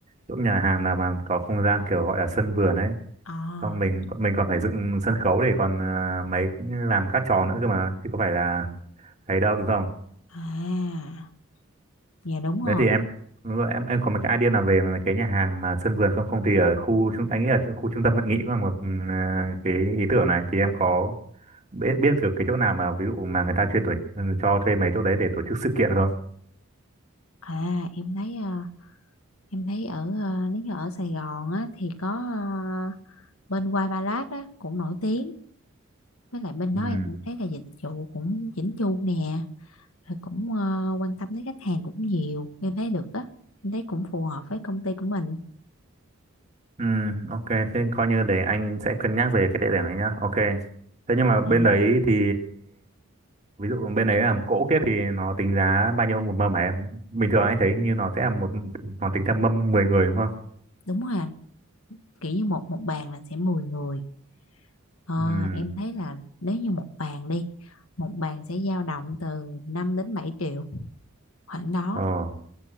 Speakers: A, on the right; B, on the left.
A: chỗ nhà hàng nào mà có không gian kiểu gọi là sân vườn ấy
B: à
A: Xong mình mình còn phải dựng sân khấu để còn à, mấy làm các trò nữa cơ mà chứ có phải là thấy đâu đúng không?
B: à dạ đúng
A: Đấy
B: rồi
A: thì em đúng rồi, em em có một cái idea nào về mấy cái nhà hàng mà sân vườn không không thì ở khu trung anh nghĩ là khu trung tâm hội nghị cũng là một ừ, à, cái ý tưởng này thì em có biết biết được cái chỗ nào mà ví dụ mà người ta chuyên tổ ừ, cho thuê mấy chỗ đấy để tổ chức sự kiện không?
B: à em thấy ờ, em thấy ở ờ, nếu như ở Sài Gòn á thì có ờ, bên white Ba á cũng nổi tiếng với lại bên
A: Ừ.
B: đó em cũng thấy là dịch vụ cũng chỉnh chu nè rồi cũng ờ, quan tâm tới khách hàng cũng nhiều em thấy được á em thấy cũng phù hợp với công ty của mình
A: Ừ, ok, thế coi như để anh sẽ cân nhắc về cái địa điểm này nhá. Ok. Thế nhưng mà bên
B: Dạ,
A: đấy thì ví dụ bên đấy làm cỗ kiếp thì nó tính giá bao nhiêu một mâm hả em bình thường anh thấy hình như nó sẽ là một nó tính theo mâm mười người đúng không
B: đúng rồi anh kiểu như một một bàn là sẽ 10 người Ờ,
A: ừ
B: em thấy là nếu như một bàn đi một bàn sẽ dao động từ năm đến bảy triệu khoảng đó
A: ờ